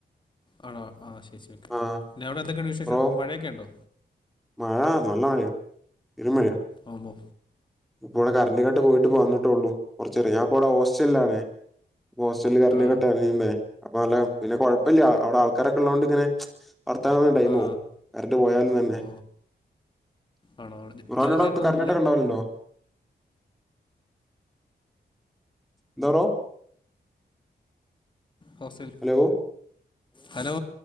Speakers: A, on the left (about 25°); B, in the centre.
A: ആണോ ആഹ് ശരി, ഓക്കെ
B: ആ
A: പിന്നെ അവിടെ എന്തൊക്കെണ്ട് വിശേഷം
B: ബ്രോ
A: മഴയൊക്കെണ്ടോ?
B: മഴ നല്ല മഴയാ പെരുംമഴയാ
A: ആവുമ്പോ
B: ഇപ്പോവ്ടെ കറണ്ട് കട്ട് പോയിട്ടിപ്പ വന്നിട്ടേള്ളൂ കുറച്ചേരായി ഞാൻപ്പ ഇവിടെ ഹോസ്റ്റലിലാണ് ഹോസ്റ്റല്
A: ആ
B: <unintelligible> അപ്പൊ നല്ല പിന്നെ കുഴപ്പില്ല അവിടെ ആൾക്കാരൊക്കെ ഉള്ളതു കൊണ്ടിങ്ങനെ വർത്താനം പറഞ്ഞ് ടൈമ്
A: ആ
B: പോം കറണ്ട് പോയാലും തന്നെ
A: ഓ
B: <unintelligible>
A: ആണോ
B: ന്റോടെ
A: ജനറേറ്റർ
B: കറണ്ട് കട്ടൊക്കെ
A: ഒന്നുമില്ല
B: ഇണ്ടാവലുണ്ടോ എന്താ ബ്രോ
A: ഹോസ്റ്റൽ
B: ഹലോ
A: ഹലോ